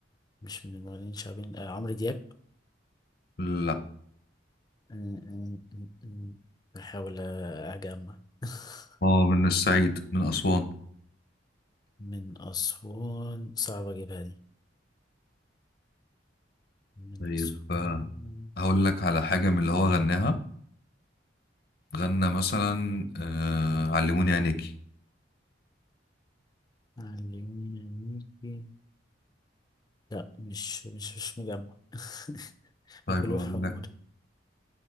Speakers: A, on the left; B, on the left.
A: مش من المغنيين الشعبيين آه عمرو دياب
B: لا
A: مم، مم، مم، مم. بحاول آه، أجمع <laughs>
B: هو من الصعيد من أسوان
A: من أسوان صعب أجيبها دي من
B: طيب
A: أسوان
B: آه، هقول لك على حاجة من اللي هو غناها غنى مثلا آه... علموني عينيكي
A: علميني عينيكي لا مش مش مش مجمع <laughs>
B: طيب
A: غلو
B: هقول
A: في حمار
B: لك